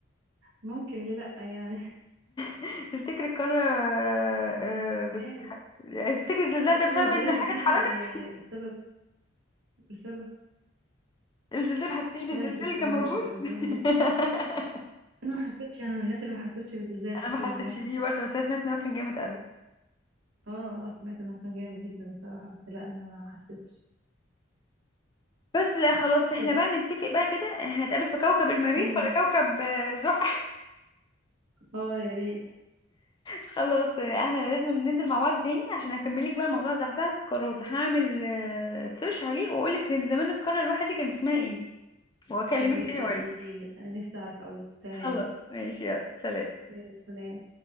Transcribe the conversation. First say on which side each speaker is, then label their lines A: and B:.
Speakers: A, on the right; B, on the left.
A: ممكن ليه لأ يعني <laughs>
B: <laughs> تفتكري القارة آه، آه، بت...
A: احتمال.
B: يعني تفتكري الزلزال
A: بصي
B: ده بسبب
A: هي الزلازل
B: ان حاجة
A: دي
B: اتحركت
A: آه، بسبب بسبب
B: الزلزال ما حسيتيش بالزلزال
A: لا يا ستي
B: اللي كان
A: لا
B: موجود
A: مش الدرجة دي لا
B: <laughs>
A: انا ما حسيتش انا من الناس اللي ما حسيتش بالزلزال الحمد
B: انا ما حسيتش
A: لله
B: بيه برضه بس انا سمعت ان هو كان جامد قوي
A: اه آه، سمعت انه كان جامد جدا بصراحة بس لا انا ما حسيتش
B: بس لا خلاص احنا
A: طب
B: بقى نتفق بقى كده هنتقابل في كوكب المريخ
A: امم
B: ولا كوكب آه، زحل
A: اه يا ريت
B: خلاص آه، احنا لازم ننزل مع بعض تاني عشان اكملك بقى موضوع زحزحة الكروت هعمل آه، سيرش عليه واقولك كان زمان القارة الواحدة دي كان اسمها ايه واكلمك
A: طب يلا
B: تاني واقولك
A: قولي لي انا نفسي اعرف قوي تمام
B: خلاص ماشي يلا سلام
A: يلا سلام